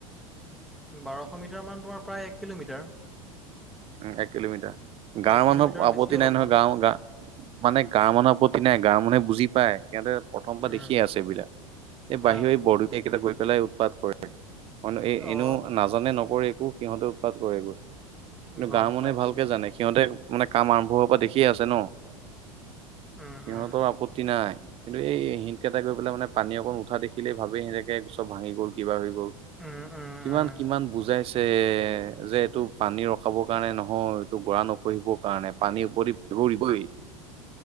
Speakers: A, in the centre; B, on the right.
A: বাৰশ মিটাৰ মান তোমাৰ প্ৰায় এক কিলোমিটাৰ।
B: উ এক কিলোমিটাৰ। গাঁৱৰ
A: এক কিলোমিটাৰ
B: মানুহৰ আপত্তি
A: বেছি অলপমান
B: নাই নহয়। গাঁৱৰ গা মানে গাঁৱৰ মানুহৰ আপত্তি নাই। গাঁৱৰ মানুহে বুজি পায়। সিহঁতে প্ৰথম পা
A: উম
B: দেখিয়ে আছে এইবিলাক। এই
A: না
B: বাহিৰৰ এই বৰদপীয়াকেইটা গৈ পেলাই উৎপাত কৰে। এই এনেও
A: অ
B: নাজানে নকৰে একো সিহঁতে উৎপাত কৰে গৈ। কিন্তু
A: গম
B: গাঁৱৰ মানুহে
A: পাইছোঁ
B: ভালকে জানে। সিহঁতে মানে কাম আৰম্ভ হোৱাৰ পৰা দেখিয়ে আছে ন।
A: উম
B: সিহঁতৰ
A: উম
B: আপত্তি নাই। কিন্তু এই হিনকেইটা গৈ পেলাই মানে পানী অকণ উঠা দেখিলেই ভাবে সেনেকে চব ভাঙি গ'ল, কিবা হৈ গ
A: উম উম
B: কিমান
A: উম
B: কিমান বুজাইছে যে এইটো পানী ৰ ৰখাব কাৰণে নহয় এইটো গৰা নখহিবৰ কাৰণে। পানীৰ ওপৰেদি বাগৰিবই।